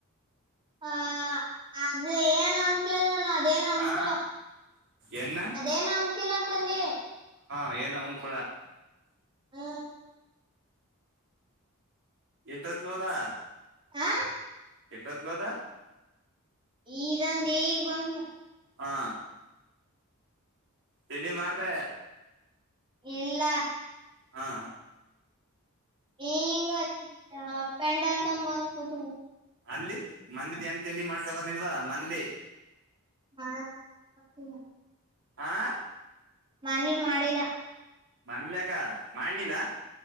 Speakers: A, on the right (about 25°); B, on the right (about 60°).
A: ಹ ಅದ ಏನ್ ಅಮ ಕೇಳ ನಾನ ಅದೇನ ಅನ್ಕಿಲ್ಲ
B: ಆ ಏನ್ನ
A: ಅದೇನ ಅಮ್ಕಿಲ್ಲ ಅಂತ ಅಂದಿ.
B: <unintelligible>
A: ಹ್ಮ್
B: ಎಟತ್ಲೋದಾ
A: ಹಾ
B: ಎಟ್ತ್ಲೋದಾ
A: ಈಗ ಅಂದಿ ಈಗ ಬಂದ -
B: ಹಾ ತಿಂಡಿ ಮಾಡ್ದೆ.
A: ಇಲ್ಲ.
B: ಹಾ
A: ಈಗ <inaudible> ತಂದ ಬಂದ್ ಕುತೀನಿ.
B: ಅಲ್ಲಿ ಮಂದಿದ್ದ ಎಂತ ತಿಂಡಿ ಮಾಡ್ಕಬಾರಲಿಲ್ವಾ ಮಂದಿ
A: ಹ
B: ಹಾ
A: ನಾನೀ ಮಾಡಿಲ್ಲ.
B: ಮನ್ನಿಲ್ಲ ಯಾಕ ಮಾಡನಿಲ್ಲ.